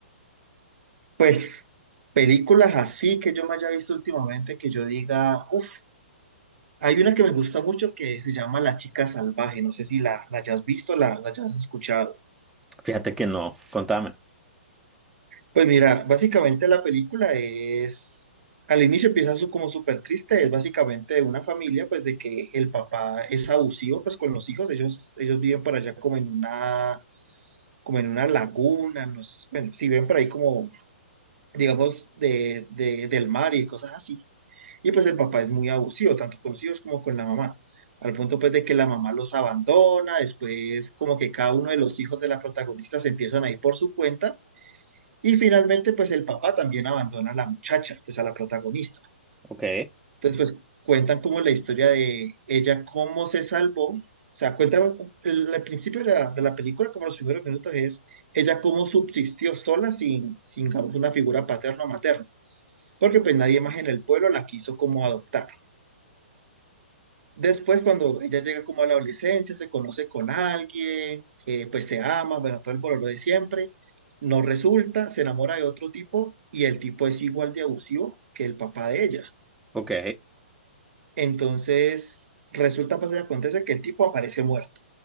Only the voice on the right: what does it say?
Pues películas así que yo me haya visto últimamente, que yo diga, uff, hay una que me gusta mucho que se llama La chica salvaje, no sé si la, la hayas visto, la, la hayas escuchado.
Pues mira, básicamente la película es, al inicio empieza su, como súper triste, es básicamente de una familia, pues de que el papá es abusivo, pues con los hijos, ellos, ellos viven por allá como en una, como en una laguna, no sé, bueno, si ven por ahí como, digamos, de, de- del mar y cosas así. Y pues el papá es muy abusivo, tanto con los hijos como con la mamá, al punto pues de que la mamá los abandona, después como que cada uno de los hijos de la protagonista se empiezan a ir por su cuenta y finalmente pues el papá también abandona a la muchacha, pues a la protagonista.
Entonces pues cuentan como la historia de ella, cómo se salvó, o sea, cuentan el, el principio de la, de la película, como los primeros minutos es ella cómo subsistió sola sin, sin digamos, una figura paterna o materna, porque pues nadie más en el pueblo la quiso como adoptar. Después, cuando ella llega como a la adolescencia, se conoce con alguien, eh, pues se ama, bueno, todo el bololo de siempre, no resulta, se enamora de otro tipo y el tipo es igual de abusivo que el papá de ella.
Entonces, resulta, pues, y acontece que el tipo aparece muerto.